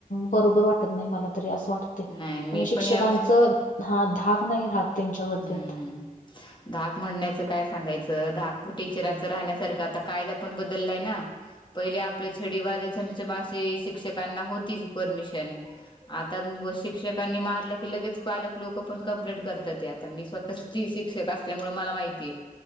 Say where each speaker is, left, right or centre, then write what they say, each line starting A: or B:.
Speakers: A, on the left; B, on the left.
A: बरोबर वाटत नाही मला तरी असं वाटत कारण
B: नाही मी
A: शिक्षकांच
B: पण या
A: हा धाक नाही राहत त्यांच्यावरती
B: हम्म.
A: आता
B: धाक म्हणण्याचं काय सांगायचं धाक टीचरांचं राहण्यासारखं आता कायदा आपण बदललाय ना पहिले आपल्या छडीवाजे छमछमाआशी शिक्षकांना होतीच परमिशन आता शिक्षकांनी मारलं की लगेच पालक लोक पण कंप्लेंट करतात या मी स्वतः ती शिक्षक असल्यामुळे मला माहितीय